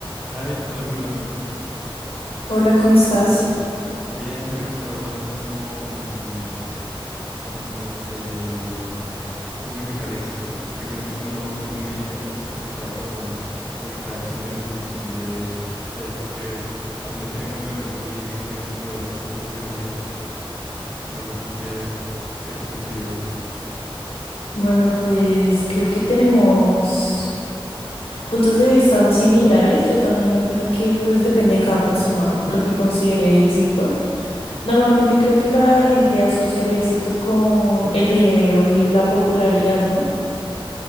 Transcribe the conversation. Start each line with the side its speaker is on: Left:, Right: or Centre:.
Centre: Ay, hola Camila, ¿cómo estás?
Left: Hola, ¿cómo estás?
Centre: Bien, mira que estaba hablando como, mm, como de qué significa el éxito, porque siento que es como no, es muy diferente para cada persona, porque cada quien tiene su visión de qué es lo que, hacia dónde quiere como encaminar su vida y qué considera como el éxito y la felicidad. No sé tú qué, qué consideres.
Left: Bueno, pues creo que tenemos puntos de vista similares. Yo también opino que pues depende de cada persona lo que considere éxito. Normalmente creo que la gente asocia el éxito con el dinero y la popularidad, ¿no?